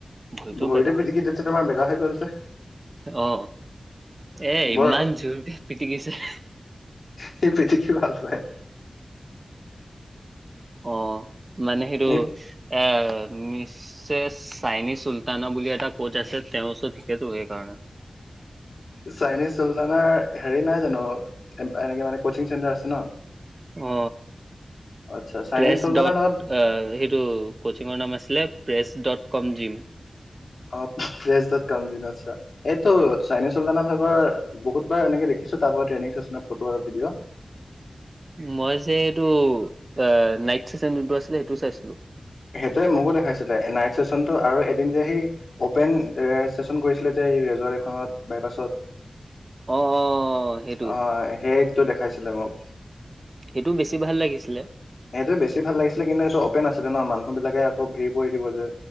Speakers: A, on the right; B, on the left.
A: ভৰিটো
B: ভৰিতো
A: বেকা হ'ল
B: পিটিকি দিওঁতে তোমাৰ বেকা হৈ গল যে
A: অ এ
B: বৰ
A: ইমান জোৰকে পিটিকিছে
B: সি পিটিকি ভাল পায়
A: অ মানে সেইটো
B: এই
A: এ মিছেছ চাইনী চুলতানা বুলি এটা পজ আছে তেওঁ ওচৰত শিকেটো সেইকাৰণে
B: চাইনিজ চুলতানৰ হেৰি নাই জানো এনেকে মানে কচিং চেণ্টাৰ আছে ন
A: অ
B: আচ্ছা চাইনিজ
A: প্ৰেছ
B: চুলতানৰ
A: ডট
B: লগত
A: আ সেইটো কচিঙৰ নাম আছিলে প্ৰেছ ডট কম জিম
B: অঁ প্ৰেজ দত কম জিম আটচ্ছা এইটো চাইনি চুলতানৰ ভাগৰ বহুতবাৰ এনেকে দেখিছো তাত ট্ৰেনিং চেচনৰ ফটো আৰু ভিডিঅ'
A: মই যে এইটো আ নাইট চেচনটো যোনটো আছিলে সেইটো চাইছিলো
B: সেইটোৱে মোকো দেখাইছিলে নাইট চেচনতটো আৰু এদিন যে সেই অপেন ৰেষ্টেচন কৰিছিলে যে ৰেজৰ্ট এখনত বাইপাছত
A: অ', অ', সেইটো
B: অ সেইটো দেখাইছিলে মোক
A: ইটো বেছি ভাল লাগিছিলে
B: সেইটো বেছি ভাল লাগিছিলে কিন্তু এইটো অপেন আছিলে ন মানুহ বিলাকে আকৌ ভিৰ কৰি দিব যে